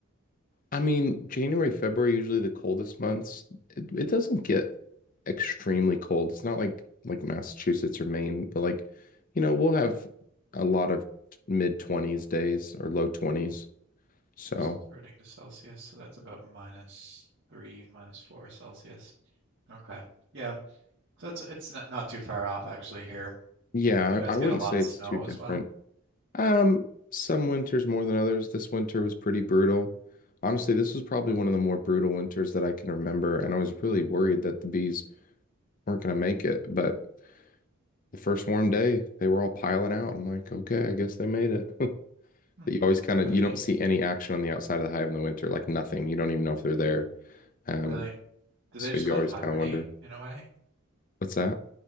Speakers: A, on the left; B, on the right.
A: I mean, January, February, usually the coldest months. It, it doesn't get extremely cold. It's not like like Massachusetts or Maine, but like, you know, we'll have a lot of mid 20s days or low 20s. So,
B: I'm just converting to Celsius, so that's about minus three, minus four Celsius. Okay, yeah, so it's it's not, not too far off actually here.
A: yeah,
B: You guys
A: I, I
B: get
A: wouldn't
B: a lot
A: say
B: of
A: it's
B: snow
A: too different.
B: as well.
A: Um, some winters more than others. This winter was pretty brutal. Honestly, this was probably
B: Mm,
A: one of the more brutal winters that I can remember, and I was really worried that the bees weren't going to make it, but the first warm day, they were all piling out. I'm like, okay, I guess they made it. <laughs>
B: hmm,
A: But you always kind
B: really
A: of you
B: neat.
A: don't see any action on the outside of the hive in the winter, like nothing. You don't even know if they're there. Um,
B: Really, do
A: so
B: they just
A: you
B: kind
A: always
B: of hibernate
A: kind of wonder,
B: in a way?
A: what's that?